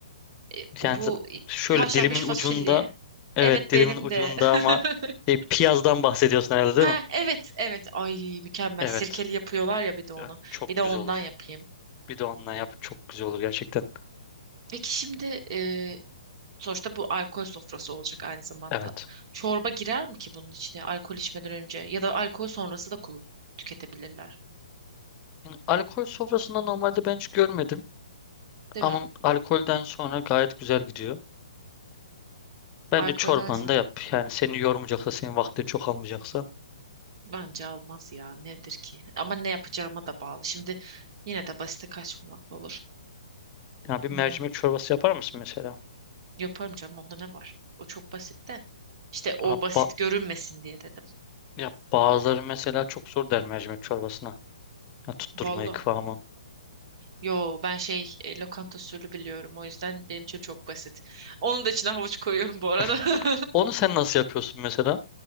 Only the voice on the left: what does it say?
Yani z- şöyle
dilimin ucunda.
Evet
dilimin
ucunda
ama e, piyazdan bahsediyorsun herhalde değil
mi?
Evet.
Ya, çok
güzel
olur.
Bir de onunla yap çok güzel olur gerçekten.
Evet.
Yani alkol sofrasında normalde ben hiç görmedim.
Ama
alkolden sonra gayet güzel gidiyor. Bence
çorbanı
da yap. Yani seni yormayacaksa, senin vaktini çok almayacaksa.
Yani bir mercimek
çorbası yapar mısın mesela?
Ha,
ba-
ya bazıları mesela çok zor der mercimek çorbasına. Ya tutturmayı
kıvamı.
<laughs>
Onu sen nasıl yapıyorsun mesela?